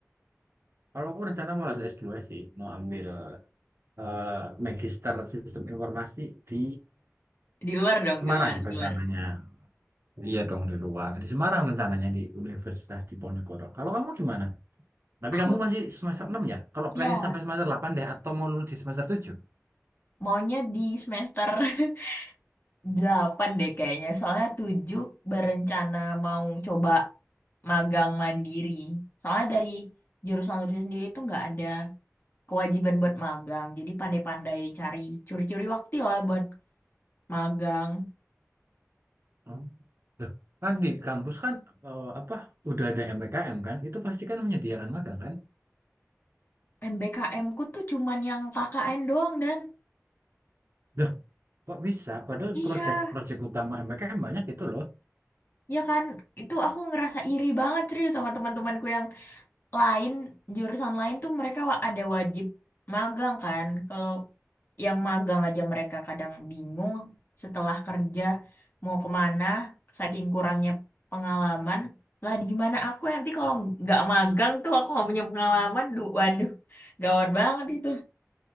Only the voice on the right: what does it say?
Kalau aku rencana mau lanjut S2 sih, mau ambil eh, magister sistem informasi di
Semarang
rencananya.
Iya dong di luar. Di Semarang rencananya di Universitas Diponegoro. Kalau kamu gimana? Tapi
kamu masih semester 6 ya? Kalau
planning sampai semester 8 deh atau mau lulus di semester tujuh,
Oh. Loh, kan di kampus kan eh, apa udah ada MPKM kan? Itu pasti kan menyediakan magang kan?
Loh, kok bisa? Padahal
proyek-proyek utama MPKM banyak itu loh.